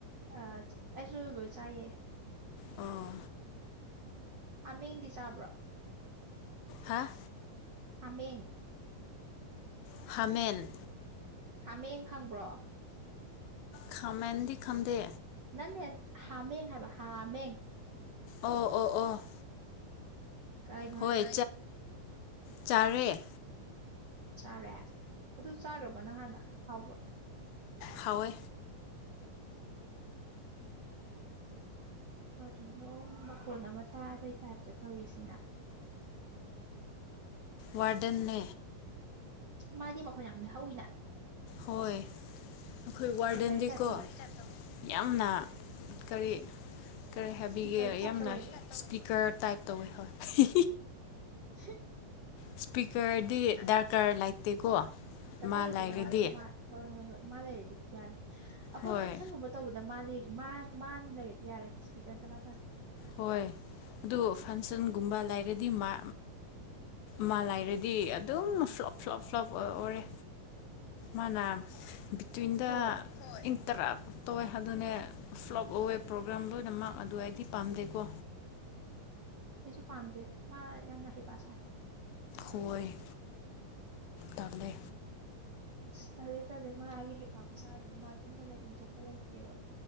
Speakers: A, on the right; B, on the left.
A: ꯑꯩꯁꯨ ꯂꯣꯏ ꯆꯥꯏꯌꯦ
B: ꯑꯣ
A: ꯍꯥꯃꯦꯡꯗꯤ ꯆꯥꯕ꯭ꯔꯣ
B: ꯍꯥꯥ
A: ꯍꯥꯃꯦꯡ
B: ꯍꯥꯃꯦꯟ
A: ꯍꯥꯃꯦꯡ ꯈꯪꯕ꯭ꯔꯣ
B: ꯈꯥꯃꯦꯟꯗꯤ ꯈꯝꯗꯦ
A: ꯅꯪ ꯍꯦ ꯍꯥꯃꯦꯡ ꯍꯥꯏꯕ ꯍꯥꯃꯦꯡ
B: ꯑꯣ ꯑꯣ ꯑꯣ
A: ꯀꯩꯅꯣ
B: ꯍꯣꯏ
A: ꯍꯥꯏꯔꯣ ꯑꯗꯨꯗꯤ
B: ꯆꯥꯔꯦ
A: ꯆꯥꯔꯦ ꯑꯗꯨ ꯆꯥꯈ꯭ꯔꯕꯣ ꯅꯪ ꯍꯥꯟꯅ ꯍꯥꯎꯕ꯭ꯔꯣ
B: ꯍꯋꯦ
A: ꯀꯔꯤꯅꯣ ꯃꯈꯣꯟ ꯑꯃ ꯇꯥꯕꯩ ꯇꯥꯏꯞꯇ ꯇꯧꯔꯤꯁꯤꯅ
B: ꯋꯥꯔꯗꯟꯅꯦ
A: ꯃꯥꯗꯤ ꯃꯈꯣꯟ ꯌꯥꯝ ꯍꯧꯋꯤꯅ
B: ꯍꯣꯏ ꯑꯩꯈꯣꯏ
A: ꯏꯁꯄꯤꯀꯔꯒꯤ
B: ꯋꯥꯔꯗꯦꯟꯗꯤꯀꯣ
A: ꯇꯥꯏꯞ ꯇꯧꯋꯦ
B: ꯌꯥꯝꯅ ꯀꯔꯤ ꯀꯔꯤ ꯍꯥꯏꯕꯤꯒꯦ
A: ꯏꯁꯄꯤꯀꯔꯒꯤ ꯇꯥꯏꯞ
B: ꯌꯥꯝꯅ
A: ꯇꯧꯋꯦꯕ
B: ꯏꯁꯄꯤꯀꯔ ꯇꯥꯏꯞ ꯇꯧꯋꯦ ꯍꯤ
A: ꯁꯤ
B: ꯏꯁꯄꯤꯀꯔꯗꯤ ꯗꯥꯔꯀꯥꯔ ꯂꯩꯇꯦꯀꯣ
A: ꯗꯀꯥ
B: ꯃꯥ
A: ꯂꯩꯇꯦ
B: ꯂꯩꯔꯗꯤ
A: ꯗꯀꯥ ꯂꯩꯇꯦ ꯍꯣꯏ ꯍꯣꯏ ꯍꯣꯏ ꯃꯥ ꯂꯩꯔꯗꯤ ꯌꯥꯔꯦ ꯑꯩꯈꯣꯏ
B: ꯍꯣꯏ
A: ꯐꯪꯁꯟꯒꯨꯝꯕ ꯇꯧꯕꯗ ꯃꯥ ꯃꯥꯅ ꯂꯩꯔꯗꯤ ꯌꯥꯔꯦ ꯏꯁꯄꯤꯀꯔ ꯁꯨꯡꯊꯥ ꯊꯥꯗꯦ
B: ꯍꯣꯏ ꯑꯗꯨ ꯐꯪꯁꯟꯒꯨꯝꯕ ꯂꯩꯔꯗꯤ ꯃꯥ ꯃꯥ ꯂꯥꯏꯔꯗꯤ ꯑꯗꯨꯝ ꯁ꯭ꯂꯣꯞ ꯁ꯭ꯂꯣꯞ ꯁ꯭ꯂꯣꯞ ꯑꯣꯏꯔꯦ ꯃꯥꯅ ꯕꯤꯇ꯭ꯋꯤꯟ ꯗ
A: ꯍꯣꯏ
B: ꯏꯟꯇꯔꯞ ꯇꯧꯋꯦ ꯍꯥꯏꯗꯨꯅꯦ ꯐ꯭ꯂꯣꯞ ꯑꯋꯦ ꯄ꯭ꯔꯣꯒꯥ꯭ꯔꯥꯝ ꯂꯣꯏꯅꯃꯛ ꯑꯗꯨꯑꯩꯗꯤ ꯄꯥꯝꯗꯦꯀꯣ
A: ꯑꯩꯁꯨ ꯄꯥꯝꯗꯦ ꯃꯥ ꯌꯥꯝꯅ ꯍꯩꯄꯥ ꯁꯥꯏ
B: ꯍꯣꯏ ꯇꯕꯂꯦ
A: ꯑꯁ ꯇꯜꯂꯦ ꯇꯜꯂꯦ ꯃꯥꯒꯤ ꯍꯩꯐꯥꯛ ꯈꯨꯁꯥꯁꯤꯗꯤ ꯃꯥ ꯇꯨꯃꯤꯟꯅ ꯂꯩꯐꯝ ꯊꯣꯛꯄ ꯂꯩꯇꯦꯕ